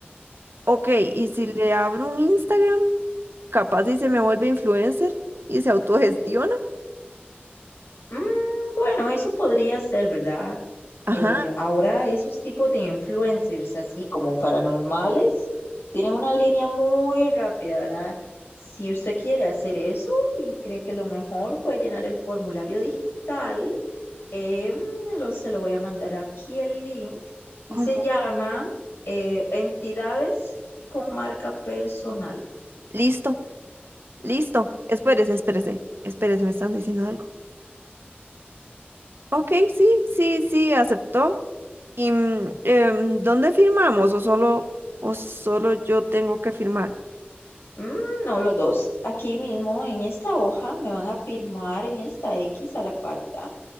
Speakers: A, on the right; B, on the left.
A: Ok, ¿y si le abro un Instagram? Capaz y se me vuelve influencer y se autogestiona.
B: Mm, bueno, eso podría ser, ¿verdad?
A: Ajá,
B: Eh, ahora esos tipos de influencers, así como paranormales, tienen una línea muy rápida, ¿verdad? Si usted quiere hacer eso y cree que lo mejor puede llenar el formulario digital, em, lo- se lo voy a mandar aquí el link y
A: como,
B: se llama eh, Entidades con marca personal.
A: listo. Listo, espérese, espérese, espérese, me están diciendo algo. Ok, sí, sí, sí, aceptó. ¿Y mm, em, dónde firmamos? ¿O solo, o solo yo tengo que firmar?
B: Mm, no, los dos. Aquí mismo en esta hoja me van a firmar en esta X a la par, ¿verdad?